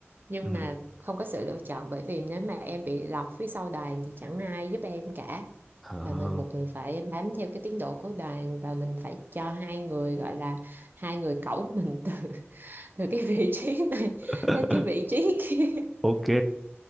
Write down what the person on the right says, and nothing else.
nhưng
mà không có sự lựa chọn bởi vì nếu mà em bị lọt phía sau đoàn thì chẳng ai giúp em cả
và mình buộc mình phải bám theo cái tiến độ của đoàn và mình phải cho hai người gọi là hai người cẩu mình từ <laughs> từ cái vị trí này
đến cái vị trí kia